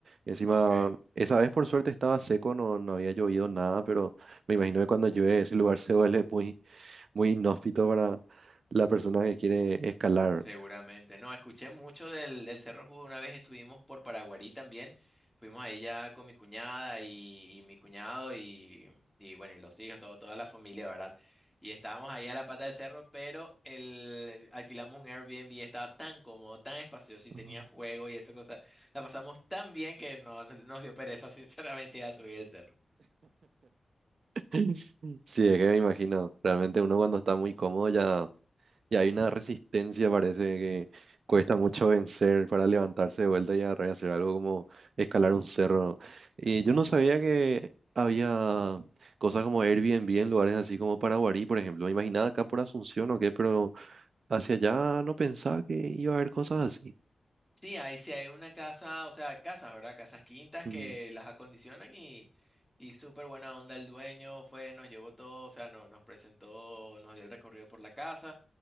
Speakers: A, on the right; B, in the centre.
A: Encima,
B: ok,
A: esa vez por suerte estaba seco, no, no había llovido nada, pero me imagino que cuando llueve ese lugar se vuelve muy, muy inhóspito para la persona que quiere escalar.
B: seguramente. No, escuché mucho del, del Cerro Judo, una vez estuvimos por Paraguarí también, fuimos ahí ya con mi cuñada y, y mi cuñado y, y bueno, y los hijos, todo, toda la familia, ¿verdad? Y estábamos ahí a la pata del cerro, pero el, alquilamos un Airbnb, estaba tan cómodo, tan espacioso y
A: Ujú.
B: tenía juego y esa cosa. La pasamos tan bien que no, no- nos dio pereza, <laughs> sinceramente, a subir el cerro.
A: <laughs> Sí, es que me imagino. Realmente uno cuando está muy cómodo ya Y hay una resistencia, parece que cuesta mucho vencer para levantarse de vuelta y agarrar y hacer algo como escalar un cerro. ¿no? Y yo no sabía que había cosas como Airbnb en lugares así como Paraguarí, por ejemplo. Me imaginaba acá por Asunción o qué, pero hacia allá no pensaba que iba a haber cosas así.
B: Sí, ahí sí hay una casa, o sea, casas, ¿verdad? Casas quintas
A: Mm,
B: que las acondicionan y, y súper buena onda el dueño fue, nos llevó todo, o sea, no, nos presentó, nos dio el recorrido por la casa,